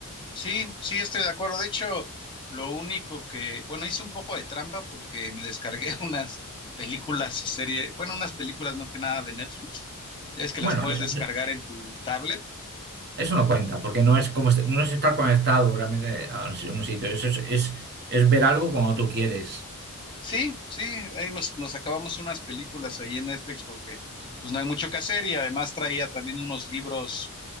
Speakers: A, on the left; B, on the right.
A: Sí, sí, estoy de acuerdo. De hecho, lo único que, bueno, hice un poco de trampa porque me descargué <laughs> unas películas y series, bueno, unas películas más que nada de Netflix. Es que
B: Bueno,
A: las puedes
B: eso,
A: descargar en tu tablet.
B: Eso no cuenta, porque no es como est- no es estar conectado realmente a un si- un sitio. Eso es, es, es ver algo cuando tú quieres.
A: Sí, sí, ahí nos, nos acabamos unas películas ahí en Netflix porque pues no hay mucho que hacer y además traía también unos libros